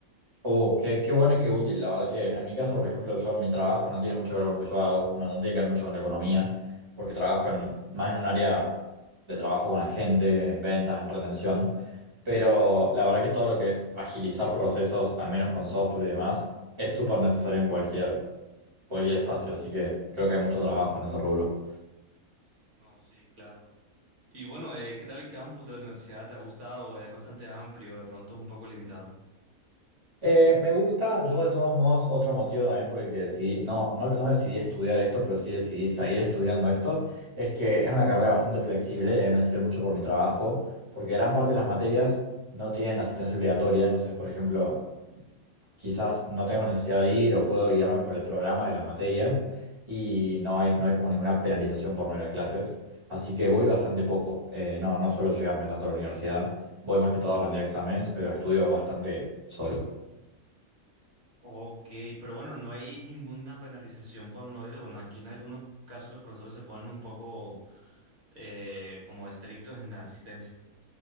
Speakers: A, on the right; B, on the right.
A: Oh, qué, qué bueno y qué útil. La verdad que en mi caso, por ejemplo, yo en mi trabajo no tiene mucho que ver con lo que yo hago, no, no tiene que ver mucho con la economía, porque trabajo en, más en un área de trabajo con la gente, en ventas, en retención. Pero la verdad que todo lo que es agilizar procesos, al menos con software y demás, es súper necesario en cualquier, cualquier espacio. Así que creo que hay mucho trabajo en ese rubro.
B: No, sí, claro. Y bueno, eh, ¿qué tal el campus de la universidad? ¿Te ha gustado? Es bastante amplio, de pronto es un poco limitado.
A: Eh, me gusta, yo de todos modos, otro motivo también por el que decidí, no, no, no decidí estudiar esto, pero sí decidí seguir estudiando esto, es que es una carrera bastante flexible y a mí me sirve mucho por mi trabajo, porque gran parte de las materias no tienen asistencia obligatoria, entonces, por ejemplo, quizás no tengo necesidad de ir o puedo guiarme por el programa de la materia y no hay, no hay como ninguna penalización por no ir a clases, así que voy bastante poco, Eh, no, no suelo llegarme tanto a la universidad, voy más que todo a rendir exámenes, pero estudio bastante solo.
B: Ok, pero bueno, no hay ninguna penalización por no ir. Bueno, aquí en algunos casos los profesores se ponen un poco eh, como estrictos en la asistencia.